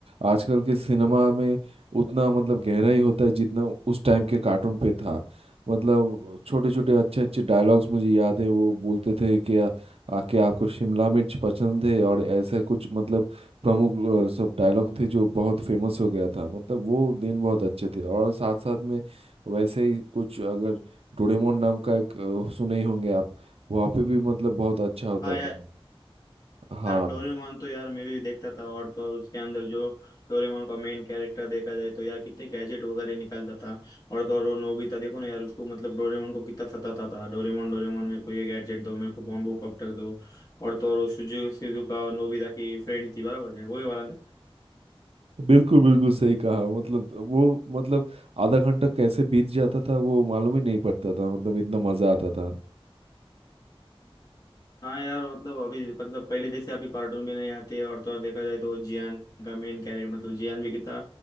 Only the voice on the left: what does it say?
हाँ
यार
यार डोरेमोन तो यार मैं भी देखता था और तो और उसके अंदर जो डोरेमोन का मेन कैरेक्टर देखा जाए तो यार कितने गैजेट वगैरह निकालता था और तो और वो नोबिता देखो ना यार उसको मतलब डोरेमोन को कितना सताता था डोरेमोन डोरेमोन मेरे को ये गैजेट दो मेरे को बॉम्बो कॉप्टर दो और तो और वो सुजुकी सिजुका और नोबिता की फ्रेंड थी बराबर है वही वाला
हाँ यार मतलब अभी मतलब पहले जैसे अभी कार्टून भी नहीं आते और तो और देखा जाए तो वो जियान का मेन कैरेक्टर मतलब जियान भी कितना